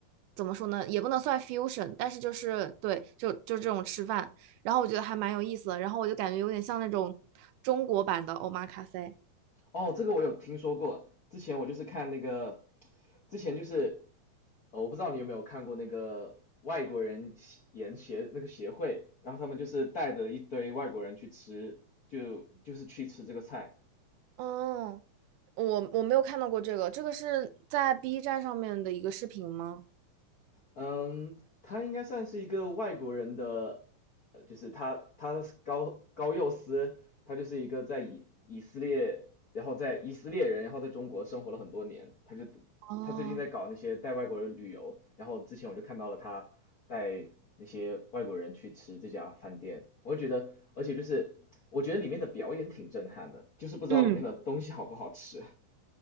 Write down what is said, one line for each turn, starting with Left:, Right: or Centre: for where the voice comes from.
Right: 怎么说呢，也不能算 fusion，但是就是对，就就这种吃饭，然后我觉得还蛮有意思的，然后我就感觉有点像那种中国版的 omakase。
Left: 哦，这个我有听说过。之前我就是看那个，之前就是呃，我不知道你有没有看过那个外国人协研协那个协会，然后他们就是带着一堆外国人去吃，就就是去吃这个菜。
Right: 哦，我我没有看到过这个，这个是在 B 站上面的一个视频吗？
Left: 嗯，他应该算是一个外国人的，呃，就是他他是高高佑斯，他就是一个在以以色列，然后在以色列人，然后在中国生活了很多年，他就
Right: 哦，
Left: 他最近在搞那些带外国人旅游，然后之前我就看到了他带那些外国人去吃这家饭店，我就觉得，而且就是我觉得里面的表演挺震撼的，就是不知道里面的东西好不好吃，
Right: 嗯。